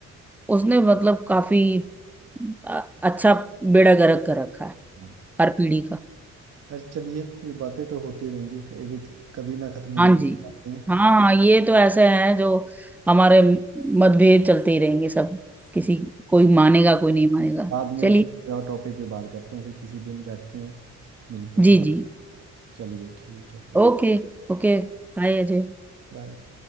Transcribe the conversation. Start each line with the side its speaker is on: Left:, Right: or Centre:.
Centre: उसने मतलब काफी अ, अच्छा बेड़ा गर्क कर रखा है
Right: हाँ
Centre: हर पीढ़ी का
Right: अच्छा चलिए ये बातें तो होती रहेंगी कभी कभी ना खत्म होने
Centre: हाँ
Right: वाली
Centre: जी
Right: बातें हैं
Centre: हाँ हाँ ये तो ऐसे है जो हमारे मतभेद चलते ही रहेंगे सब किसी कोई मानेगा कोई नहीं मानेगा
Right: बाद में
Centre: चलिए
Right: किसी और टॉपिक पे बात करते हैं फिर किसी दिन बैठते हैं मिलते हैं
Centre: जी जी
Right: चलिए ठीक है फिर
Centre: ओके ओके हाय अजय
Right: बाय